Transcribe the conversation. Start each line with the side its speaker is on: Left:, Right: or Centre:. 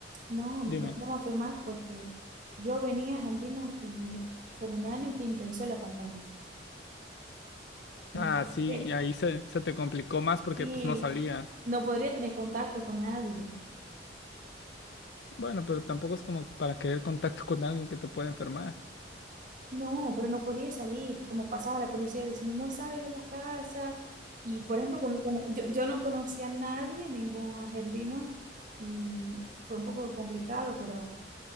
Right: no, mi
Left: Dime.
Right: problema fue más porque yo venía a Argentina y fue en el año que empezó la pandemia.
Left: Ah,
Right: Entonces,
Left: sí, y ahí se, se te complicó más porque
Right: y
Left: pues no salías.
Right: no podría tener contacto con nadie.
Left: Bueno, pero tampoco es como para querer contacto <laughs> con alguien que te puede enfermar.
Right: No, pero no podía salir, como pasaba la policía diciendo, no salgas de la casa. Y, por ejemplo, como que no- yo, yo no conocía a nadie, ningún argentino, y fue un poco complicado, pero